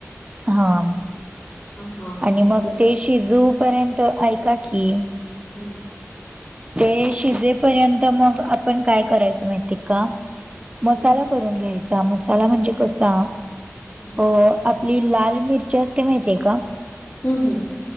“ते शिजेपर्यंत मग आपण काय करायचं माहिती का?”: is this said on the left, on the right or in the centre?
Right